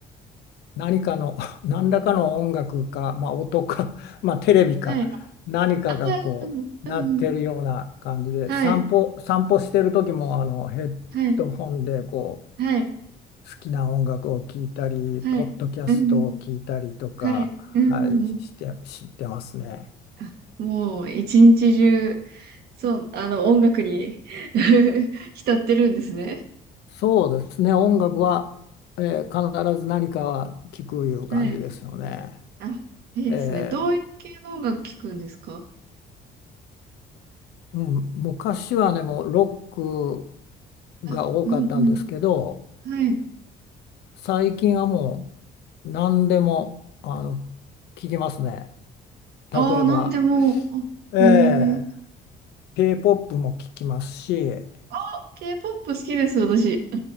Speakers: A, on the left; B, on the right.
A: 何かの <laughs> 何らかの音楽か、まあ、音か、<laughs> まあ、テレビか何かがこうなってるような感じで散歩、
B: はい。ああ、うん。はい。
A: 散歩してる時もあのヘッドホンでこう
B: はい。はい。
A: 好きな音楽を聴いたり、
B: はい。
A: ポッドキャストを聴いたりとか、
B: うん。はい。うん。
A: はい、して、知ってますね。
B: あ、もう、一日中、そう、あの、音楽に <laughs> 浸ってるんですね。
A: そうですね、音楽は、えー必ず何かは聞くいう感じですよね。
B: はい。あ、いいですね。
A: えー
B: どういう系の音楽聴くんですか
A: うん、昔はね、もうロック
B: あ、
A: が多かったんですけど、
B: うん、うん。はい。
A: 最近はもう何でもあの聞きますね。
B: ああ、
A: 例えば、
B: なんでも。あ、
A: え
B: へえ。
A: K-POP も聴きますし、
B: K-POP 好きです、私。